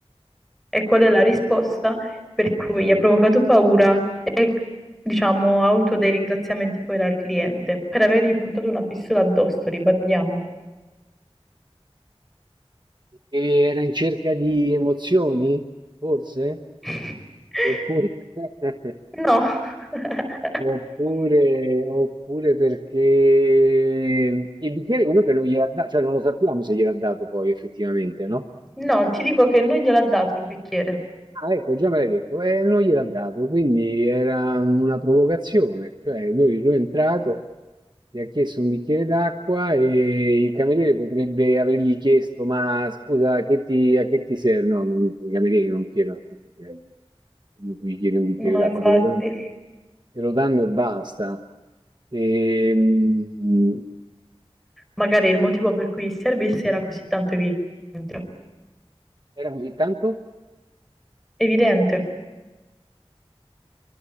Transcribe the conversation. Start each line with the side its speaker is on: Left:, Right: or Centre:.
Centre: E qual è la risposta per cui gli ha provocato paura e, diciamo, ha avuto dei ringraziamenti poi dal cliente per avergli puntato una pistola addosso, ribadiamo.
Right: perché era in cerca di emozioni, forse?
Centre: <laughs>
Right: Oppure... <laughs>
Centre: No. <laughs>
Right: Oppure, oppure perché il bicchiere comunque non gliel'ha dato, cioè non lo sappiamo se gliel'ha dato poi effettivamente, no?
Centre: No, ti dico che non gliel'ha dato il bicchiere.
Right: Ah, ecco, già me l'hai detto, eh, non gliel'ha dato, quindi era una provocazione, cioè lui, lui è entrato, gli ha chiesto un bicchiere d'acqua e il cameriere potrebbe avergli chiesto, ma scusa, che ti- a che ti serve? No, non- i camerieri non chiedono che ti serve, quando tu gli chiedi un bicchiere
Centre: No,
Right: d'acqua,
Centre: infatti.
Right: te lo danno, te lo danno e basta. Ehm,
Centre: Magari il motivo per cui servisse era così tanto evidente.
Right: era così tanto?
Centre: Evidente,